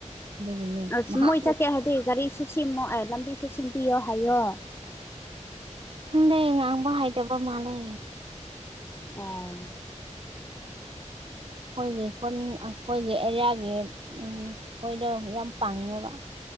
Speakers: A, on the right (about 45°); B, on the left (about 20°).
A: ꯑꯗꯨꯒꯤꯅꯦ
B: ꯑꯁ
A: ꯅꯍꯥꯟ
B: ꯃꯣꯏ ꯆꯠꯀꯦ ꯍꯥꯏꯔꯗꯤ ꯒꯥꯔꯤꯁꯨ ꯁꯦꯝ ꯂꯝꯕꯤꯁꯨ ꯁꯦꯝꯕꯤꯌꯣ ꯍꯥꯏꯌꯣ
A: ꯍꯪꯗꯦ ꯉꯥꯡꯕ ꯍꯥꯏꯇꯕ ꯃꯥꯜꯂꯦ
B: ꯑꯣ
A: ꯑꯩꯈꯣꯏꯒꯤ ꯈꯨꯟ ꯑꯩꯈꯣꯏꯒꯤ ꯑꯦꯔꯤꯌꯥꯒꯤ ꯈꯣꯢꯗꯣ ꯌꯥꯝ ꯄꯥꯡꯉꯦꯕ